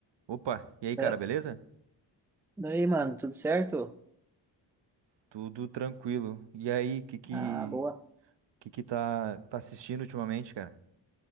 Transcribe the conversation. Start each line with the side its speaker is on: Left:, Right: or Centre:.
Right: Opa, e aí, cara,
Centre: Da-
Right: beleza?
Centre: Daí, mano, tudo certo?
Right: Tudo tranquilo. E aí, que que
Centre: Ah, boa.
Right: que que tá tá assistindo ultimamente, cara?